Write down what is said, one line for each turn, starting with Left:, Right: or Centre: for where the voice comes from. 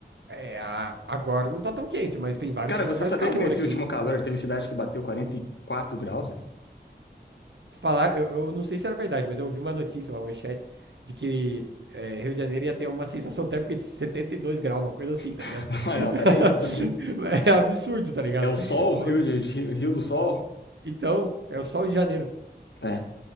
Right: É, a- agora não tá tão quente, mas tem vários
Left: Cara,
Right: dias
Left: você
Right: que faz
Left: sabia
Right: calor
Left: que nesse
Right: aqui,
Left: último
Right: hein?
Left: calor teve cidade que bateu 44 graus, velho?
Right: Falaram, eu, eu não sei se era verdade, mas eu ouvi uma notícia, uma manchete, de que é, Rio de Janeiro ia ter uma sensação térmica de 72 graus, uma coisa assim, tá
Left: <laughs>
Right: ligado? <laughs>
Left: Mas não, peraí, como assim?
Right: É absurdo, tá ligado?
Left: É o sol,
Right: Como
Left: o Rio,
Right: assim?
Left: de, de- Rio do Sol?
Right: Então, é o sol de janeiro.
Left: É.